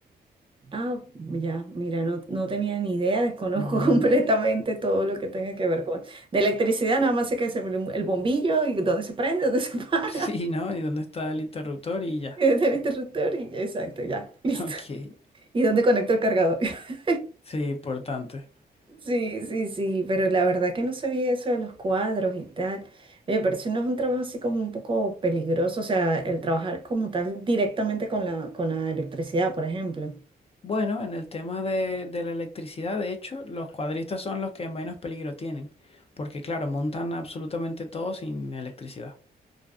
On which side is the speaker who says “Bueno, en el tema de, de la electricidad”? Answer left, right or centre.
Left